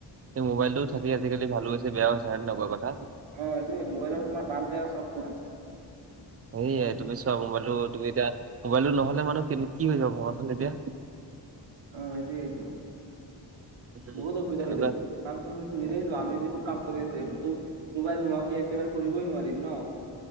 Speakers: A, on the right; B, on the right.
A: এই মোবাইলটোও থাকি আজিকালি ভালো হৈছে বেয়া হৈছে হয় নে নহয় কোৱা কথা?
B: অ', এইটোৱেই মোবাইলৰ তোমাৰ ভাল-বেয়া চব গুণ আছে।
A: সেয়াই তুমি চোৱা মোবাইলটো তুমি এতিয়া মোবাইলটো নহলে মানে কি হৈ যাব ভাবাচোন এতিয়া।
B: অহ, সেইটোৱেটো
A: উম,
B: বহুত অসুবিধা
A: তেনেকুৱা
B: হৈ যাব। কাম চুমিচ নিজেই চোৱা আমি যিবোৰ কাম কৰি আছো সেইবোৰতো মোবাইল নোহোৱাকে একেবাৰে কৰিবই নোৱাৰিম ন?